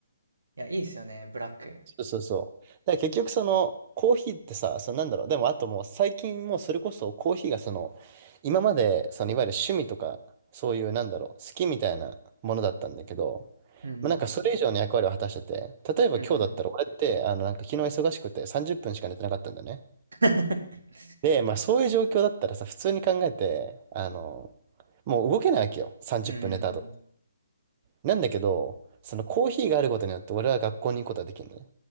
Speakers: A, on the right; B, on the right.
A: いや、いいですよね、ブラック。
B: そうそうそう。だから結局そのコーヒーってさ、そのなんだろう、でもあともう最近もうそれこそコーヒーがその、今までそのいわゆる趣味とか、そういうなんだろう、好きみたいなものだったんだけど、
A: うんうん
B: まあ、なんかそれ以上の役割を果たしてて、例えば今日だったら俺ってあのなんか昨日忙しくて30分しか寝てなかったんだよね。
A: うんうん。うんうん。<laughs>
B: で、まあそういう状況だったらさ、普通に考えて、あの、もう動けないわけよ、30分寝た後。
A: うんうんうん。
B: なんだけど、そのコーヒーがあることによって俺は学校に行くことができるのね。